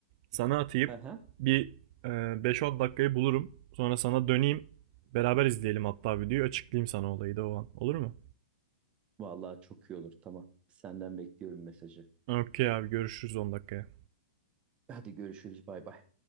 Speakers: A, on the right (about 45°); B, on the right (about 20°).
A: Sana atayım.
B: Hı hı.
A: Bir e, 5-10 dakikayı bulurum. Sonra sana döneyim. Beraber izleyelim hatta videoyu. Açıklayayım sana olayı da o an. Olur mu?
B: Vallahi çok iyi olur. Tamam. Senden bekliyorum mesajı.
A: Okey abi görüşürüz 10 dakikaya.
B: Hadi görüşürüz. Bay bay.